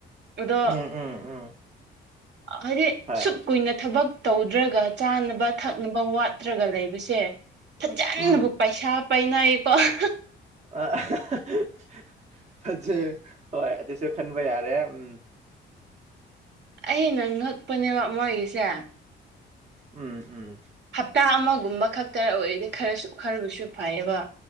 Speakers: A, on the right; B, on the right.
A: ꯑꯗꯣ
B: ꯎꯝ ꯎꯝ ꯎꯝ
A: ꯑꯥ ꯍꯥꯏꯗꯤ
B: ꯍꯣꯏ
A: ꯁꯨꯛ ꯀꯨꯏꯅ ꯊꯕꯛ ꯇꯧꯗ꯭ꯔꯒ ꯆꯥꯅꯕ ꯊꯛꯅꯕ ꯋꯥꯠꯇ꯭ꯔꯒ ꯂꯩꯕꯁꯦ ꯐꯖꯅꯕꯨ
B: ꯎꯝ
A: ꯄꯩꯁꯥ ꯄꯥꯏꯅꯩꯀꫭ
B: <unintelligible> ꯍꯣꯏ ꯑꯗꯨꯁꯨ ꯈꯟꯕ ꯌꯥꯔꯦ ꯎꯝ
A: ꯑꯩꯅ ꯉꯛꯄꯅꯦꯕ ꯃꯣꯏꯒꯤꯁꯦ
B: ꯎꯝ ꯎꯝ
A: ꯍꯞꯇꯥ ꯑꯃꯒꯨꯝꯕ ꯈꯛꯇ ꯑꯣꯏꯔꯗꯤ ꯈꯔꯁꯨ ꯈꯔꯕꯨꯁꯨ ꯐꯩꯌꯦꯕ